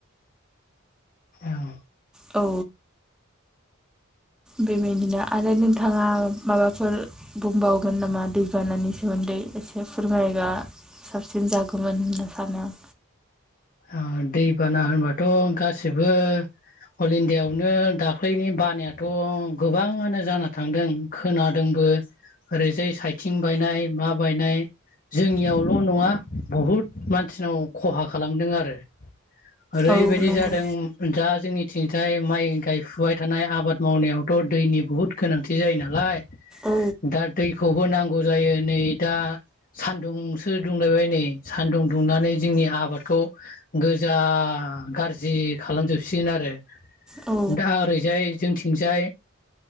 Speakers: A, on the left (about 40°); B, in the centre.
A: ओं
B: औ बेबायदिनो आरो नोंथांङा माबाफोर बुंबावगोन नामा दैबानानि सोमोन्दै? एसे फोरमायबा साबसिन जागौमोन होनना सानो आं।
A: ओ दैबाना होनबाथ' गासिबो अल इण्डियाआवनो दाख्लैनि बानायाथ' गोबांङानो जाना थांदों खोनादों बो ओरैजाय साइथिं बायनाय मा बायनाय जोंनियावल' नंङा बहुत मानसिनाव खहा खालामदों आरो रो ओरैबायदि
B: औ नंगौ
A: जादों दा जोंनि थिंजाय माइ गायफुबाय थानाय आबाद मावनायावथ' दैनि बुहुद गोनांथि जायो नालाय
B: औ
A: दा दैखौबो नांगौ जायो नै दा सान्दुंसो दुंलायबाय नै सान्दुं दुंनानै जोंनि आबादखौ गोजा गारजि खालामजोबसिगोन आरो
B: औ
A: दा ओरैजाय जोंथिं जाय